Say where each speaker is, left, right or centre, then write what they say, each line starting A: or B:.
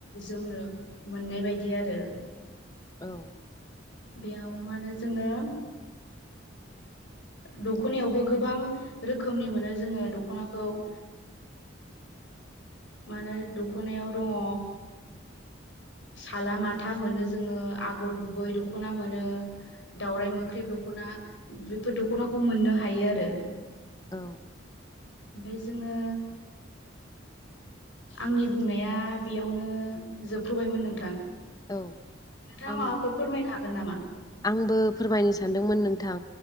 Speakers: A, on the left (about 70°); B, on the left (about 20°).
A: जोमनो मोननाय बायदि आरो
B: औ
A: बेयाव मा होनो जोङो दख'नायावबो गोबां रोखोमनि मोनो जोङो दख'नाखौ ओ मानो दख'नायाव दङ साला माथा मोनो जोङो आगर गुबै दख'ना मोनो दावराइ मोख्रेब दख'ना दख'ना बेफोर दख'नाखौ मोननो हायो आरो
B: औ
A: ओमफाय जोङो आंनि बुंनाया बेयावनो जोबथ'बायमोन नोंथां।
B: औ
A: नोंथाङा
B: आं
A: माबाफोर फोरमायनो हागोन नामा?
B: आंबो फोरमायनो सानदोंमोन नोंथां